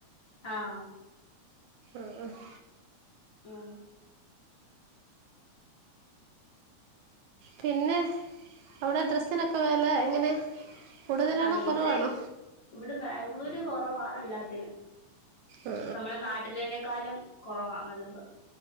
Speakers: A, on the left; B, on the right.
A: ആഹ് -
B: ആഹ് -
A: ആഹ് -
B: പിന്നെ അവിടെ ഡ്രസ്സിനൊക്കെ വെല എങ്ങനെ? കൂടുതലാണോ
A: ആഹ് ഇവിടെ
B: കുറവാണോ
A: ഇവിടെ ബാംഗ്ലൂര് കൊറവാണെല്ലാത്തിനും-
B: ആ
A: നമ്മടെ നാട്ടിലേനെക്കാലും കൊറവാ നല്ലത്-